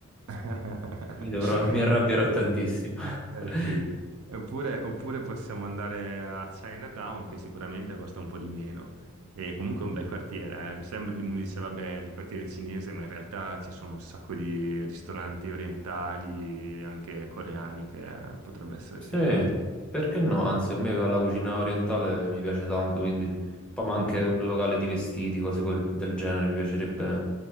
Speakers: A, on the right (about 75°); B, in the centre.
A: <laughs>
B: Mi dovrò- <laughs> mi arrabbierò
A: Oppure
B: tantissimo. <laughs>
A: Eh sì. Oppure, oppure possiamo andare a Chinatown, che sicuramente costa un po' di meno. E comunque è un bel quartiere. eh. Sembra di uno dice, vabbè, il quartiere cinese, ma in realtà ci sono un sacco di ristoranti orientali e anche coreani che potrebbe essere simpatico.
B: Sì, perché no? Anzi, a me la cucina orientale mi piace tanto, quindi poi ma anche
A: Mm.
B: un locale di vestiti, cose col- del genere, mi piacerebbe.